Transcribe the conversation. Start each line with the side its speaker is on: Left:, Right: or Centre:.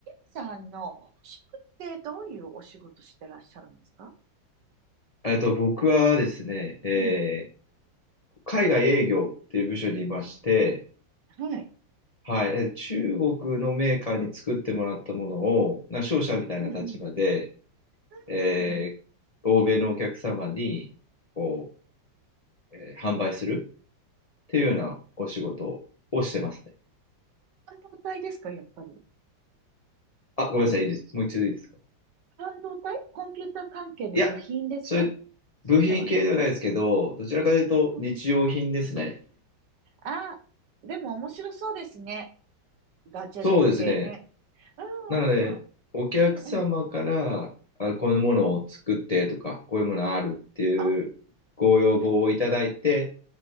Right: さんの本職ってどういうお仕事してらっしゃるんですか
Left: えっと、僕はですね、えー
Right: うん。
Left: 海外営業っていう部署にいまして、
Right: はい。
Left: はい、えー中国のメーカーに作ってもらったものを、な商社みたいな立場で、
Right: うんうん。うんうんうん。
Left: えー欧米のお客様にこう、えー販売するっていうようなお仕事をしてますね。
Right: うん半導体ですか、やっぱり。
Left: あ、ごめんなさい、いいです。
Right: そう、
Left: もう一度いいですか。
Right: 半導体コンピューター関係の部品ですかそうではない。
Left: いや、それ、部品系ではないですけど、どちらかというと日用品ですね。
Right: うんうん。あ、でも面白そうですね。ガジェット系ね。
Left: そうですね。
Right: う
Left: なので、
Right: んうん
Left: お客様から、
Right: うん。うんうん。
Left: あ、こういうものを作ってとか、
Right: うん。
Left: こういうものあるっていうご要望をいただいて、
Right: あ、